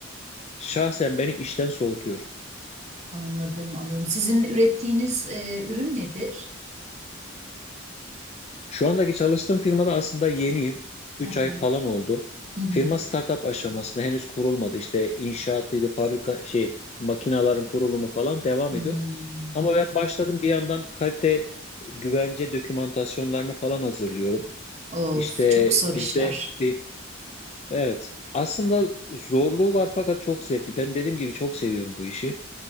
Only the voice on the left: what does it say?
şahsen beni işten soğutuyor.
Şu andaki çalıştığım firmada aslında yeniyim. üç
ay falan oldu.
Firma startup aşamasında henüz kurulmadı. İşte inşaatlıydı, fabrika şey, makinaların kurulumu falan devam
ediyor. Ama ben başladım bir yandan kalite güvence dokümantasyonlarını falan hazırlıyorum.
İşte
bizde
bir evet aslında zorluğu var fakat çok zevkli. Ben dediğim gibi çok seviyorum bu işi.